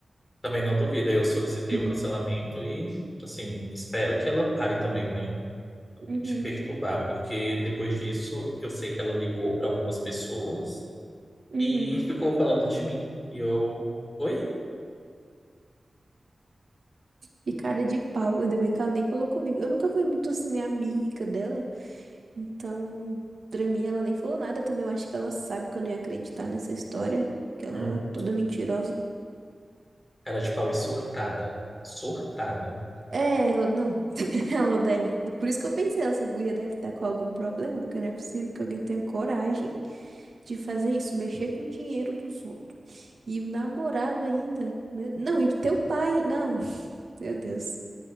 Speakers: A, on the left (about 20°); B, on the right (about 70°).
A: Também não duvido. Eu solicitei
B: Uhum,
A: o cancelamento e, assim, espero que ela pare também, né?
B: uhum.
A: De perturbar, porque depois disso eu sei que ela ligou para algumas pessoas
B: uhum.
A: e ficou falando de mim. E eu, oi?
B: Que cara de pau. Ainda bem que ela nem falou comigo. Eu nunca fui muito assim, né, amiga dela. Então, pra mim, ela nem falou nada também. Eu acho que ela sabe que eu não ia acreditar nessa história. Que ela
A: Hum,
B: é toda mentirosa.
A: cara de pau e surtada. Surtada.
B: É, ela não. <laughs> Ela deve. Por isso que eu pensei, essa guria deve estar com algum problema, porque não é possível que alguém tenha coragem de fazer isso, mexer com o dinheiro dos outros. E o namorado ainda. Meu- Não, e teu pai. Não. <laughs> Meu Deus.